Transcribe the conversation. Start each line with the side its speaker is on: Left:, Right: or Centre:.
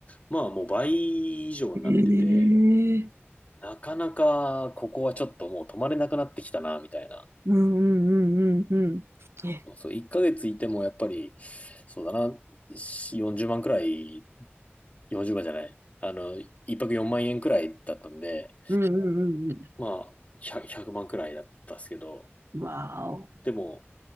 Left: まあもう倍以上になってて、
Right: ええ
Left: なかなかここはちょっともう泊まれなくなってきたな、みたいな。
Right: うんうんうんうんうん。え、
Left: そうそう、1ヶ月いてもやっぱり、そうだな、し40万くらい、40万じゅうまんじゃない、あの、1泊4万円くらいだったんで、
Right: うんうんうんうんう
Left: まあ、100、万くまんくらいだったっすけど、
Right: ん。わお。
Left: でも、